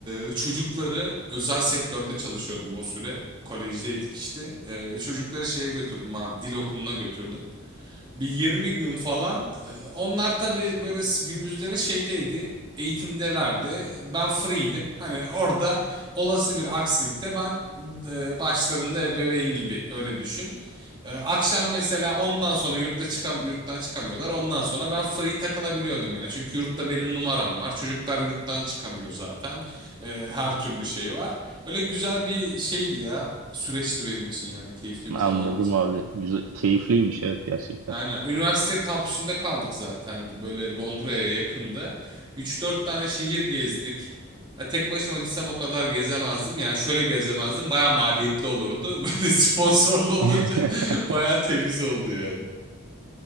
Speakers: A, on the right; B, on the right.
A: e, çocukları özel sektörde çalışıyordum o süre. Kolejdeydik işte. E, çocukları şeye götürdüm abi dil okuluna götürdüm. Bir 20 gün falan. Ee, Onlar tabii böyle s- gündüzleri şeydeydi. Eğitimdelerdi. Ben free'ydim. Hani orada olası bir aksilikte ben e, başlarında ebeveyn gibi öyle düşün. Ee, Akşam mesela ondan sonra yurtta çıkam yurttan çıkamıyorlar. Ondan sonra ben free takılabiliyordum yani. Çünkü yurtta benim numaram var. Çocuklar yurttan çıkamıyor zaten. Ee, her türlü şey var. Öyle güzel bir şeydi ya. Süreçti benim için yani. Keyifli bir
B: Anladım
A: zaman geçirdim.
B: abi. Güzel, keyifliymiş evet gerçekten.
A: Aynen. Üniversite kampüsünde kaldık zaten. Böyle Londra'ya yakında. Üç dört tane şehir gezdik. Ya tek başıma gitsem o kadar gezemezdim. Yani şöyle gezemezdim. Baya maliyetli olurdu. <laughs> Böyle sponsorlu olunca
B: <laughs>
A: <laughs> baya temiz oldu yani.